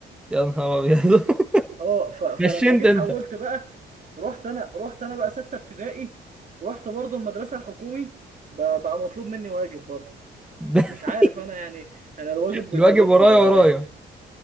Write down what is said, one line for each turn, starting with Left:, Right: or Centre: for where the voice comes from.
Centre: يا نهار ابيض <laughs>
Right: اه ف- فلما
Centre: نشنت
Right: جيت
Centre: انت
Right: حولت بقى رحت انا رحت انا بقى سته ابتدائي رحت برضو المدرسه الحكومي ب- بقى مطلوب مني واجب برضو
Centre: <laughs>
Right: مش عارف انا يعني انا الواجب بيطاردني
Centre: الواجب ورايا
Right: ولا
Centre: ورايا
Right: ايه